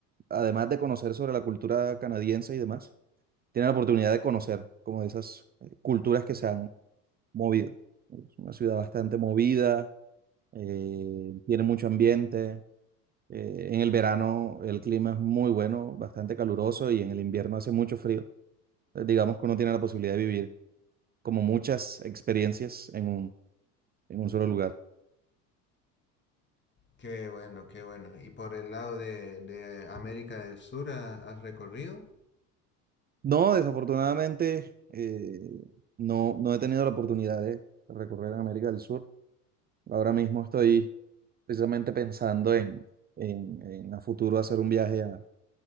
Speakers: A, on the right; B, on the left.
A: además de conocer sobre la cultura canadiense y demás, tiene la oportunidad de conocer como de esas eh, culturas que se han movido. Es una ciudad bastante movida, eh, tiene mucho ambiente. Eh, en el verano el clima es muy bueno, bastante caluroso y en el invierno hace mucho frío. Eh, digamos que uno tiene la posibilidad de vivir como muchas experiencias en un, en un solo lugar.
B: Qué bueno, qué bueno. ¿Y por el lado de, de América del Sur ha- has recorrido?
A: No, desafortunadamente eh, no, no he tenido la oportunidad de recorrer en América del Sur. Ahora mismo estoy precisamente pensando en, en, en a futuro hacer un viaje a,